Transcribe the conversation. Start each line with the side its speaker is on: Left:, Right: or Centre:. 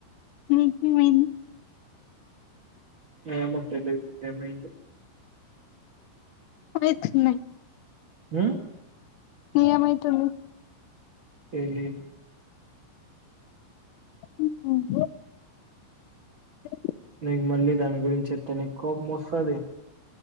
Left: ఉమ్ <inaudible>
Right: ఏమో తెలీదు ఏమైంది
Left: పోయ్ చిన్న
Right: అ
Left: ఏమయ్ తుంది
Right: తెలీదు
Left: ఉ ఉమ్ స
Right: నీకు మళ్ళీ దాని గురించేత్ తనక్ కోపమొస్సాది